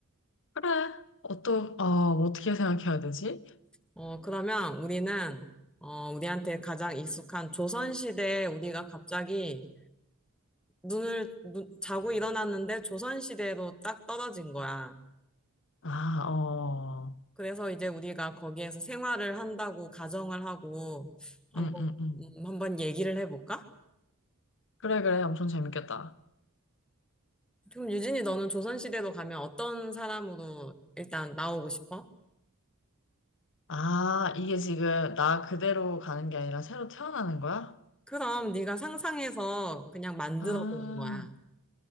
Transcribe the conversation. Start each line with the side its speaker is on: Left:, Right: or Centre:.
Left: 그래. 어떠, 어, 어떻게 생각해야 되지?
Centre: 어, 그러면 우리는, 어, 우리한테 가장 익숙한 조선시대에 우리가 갑자기 눈을, 눈- 자고 일어났는데 조선시대로 딱 떨어진 거야.
Left: 아, 어.
Centre: 그래서 이제 우리가 거기에서 생활을 한다고 가정을 하고 한번
Left: 응, 응, 응.
Centre: 음, 한번 얘기를 해볼까?
Left: 그래, 그래. 엄청 재밌겠다.
Centre: 그럼 유진이 너는 조선시대로 가면 어떤 사람으로 일단 나오고 싶어?
Left: 아, 이게 지금 나 그대로 가는 게 아니라 새로 태어나는 거야?
Centre: 그럼 네가 상상해서 그냥 만들어
Left: 아,
Centre: 보는 거야.